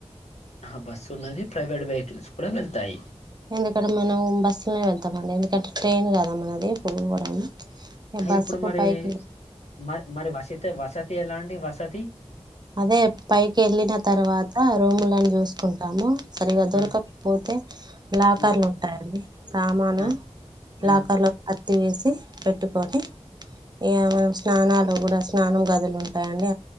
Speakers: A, on the left; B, on the right.
A: ఆ బస్సు ఉన్నది ప్రైవేట్ వెహికల్స్ కూడ వెళ్తాయి
B: ఎంత కంటే ఓం బస్ అట్నే వెళ్తాం అండి ఎందుకంటే ట్రైన్ కదా మనది పోవడం
A: హా
B: బస్సుకు
A: ఇప్పుడు మరి
B: పైకి
A: మరి మరి వసితి వసతి ఎలా డి వసతి
B: అదే పైకి వెళ్లిన తర్వాత అ రూములను చూసుకుంటాము సరిగ దొరకకపోతే
A: ఆ
B: లాకర్లు
A: ఆ
B: ఉంటాయండి సామాను
A: ఆ ఆ
B: లాకర్లో పెట్టి వేసి పెట్టుకొని ఏమన్నా స్నానాలు కూడా స్నానాలు గదిలో ఉంటాయండి